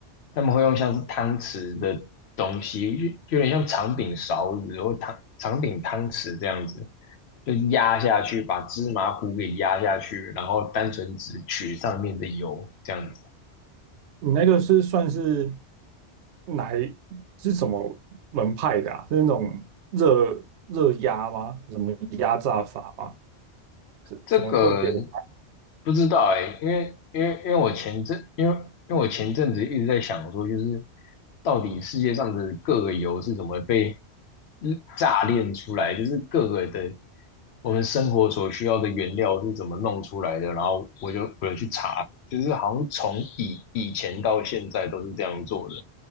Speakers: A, on the left; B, on the right.
A: 他们会用像是汤匙的东西，就有点像长柄勺子或汤长柄汤匙这样子，就压下去，把芝麻糊给压下去，然后单纯只取上面的油这样子。
B: 你那个是算是哪一是什么门派的啊？是那种热热压吗？什么压榨法吗？是什么特别的？
A: 这个不知道哎、因为因为因为我前阵因为因为我前阵子一直在想说，就是到底世界上的各个油是怎么被炸炼出来，就是各个的我们生活所需要的原料是怎么弄出来的，然后我就我就去查，就是好像从以以前到现在都是这样做的，